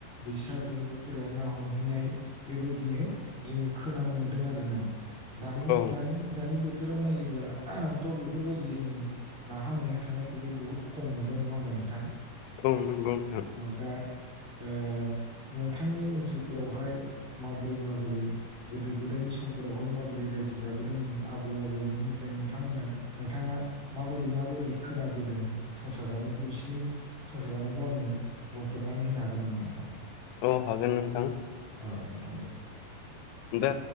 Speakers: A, in the centre; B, on the left.
A: दैसा दंग'फोर बेयाव ना हमहैनाय बेबायदिनो जोङो खोनानो मोन्दों आरो ना। दानि
B: औ
A: दानि दानि बो थोराव नायोब्ला थ' बेफोरबायदि जोङो नाहा मैहा थांनायखौबो बुहुद खम नुबाय नङा होमबा नोंथां
B: औ नंगौ नोंथां
A: औ दा ओ नों थांनि ओनसोलफोरावहाय माबोरै माबोरै गोदो गोदायनि समफोरावहाय माबोरै रायजो जा बोदोंमोन आबौ आबैमोननिफ्राय नोंथांमोना नोंथाङा माबायदि माबायदि खोनाबोदों संसार जानायखौ बिसिरनि संसार जानायखौ आंनो बुंफोरनानै होनो हागोन नामा नोंथां
B: औ हागोन नोंथां
A: औ नोंथां दे
B: दा